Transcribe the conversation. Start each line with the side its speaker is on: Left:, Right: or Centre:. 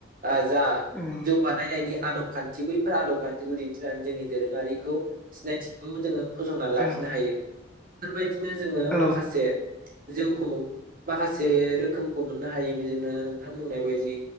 Right: आ जा
Centre: ओं
Right: जौ बानायनायनि आदब खान्थि बैफोर आदब खान्थिखौ दिन्थिनानै जोंनि दोरोङारिखौ सिनायथिखौ जोङो फोजौना लाखिनो
Centre: ओं
Right: हायो। <unintelligible> <unintelligible> जोङो
Centre: औ
Right: माखासे जौखौ माखासे रोखोमखौ मोननो हायो बिदिनो <unintelligible> नोंथां बुंनाय बायदि